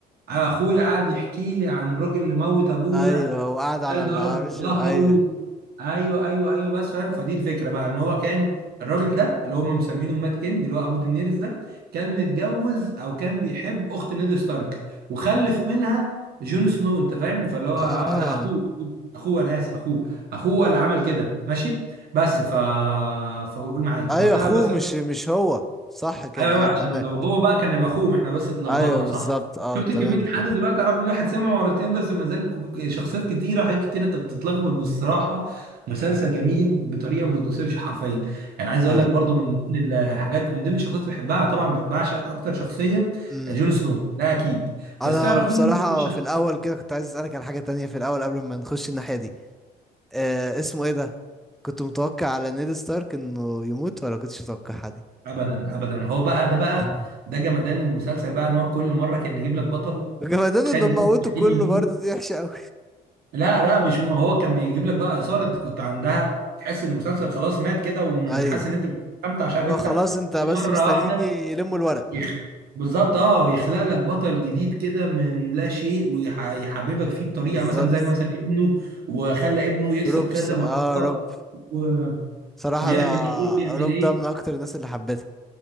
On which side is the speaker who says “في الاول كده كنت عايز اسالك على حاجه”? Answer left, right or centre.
Centre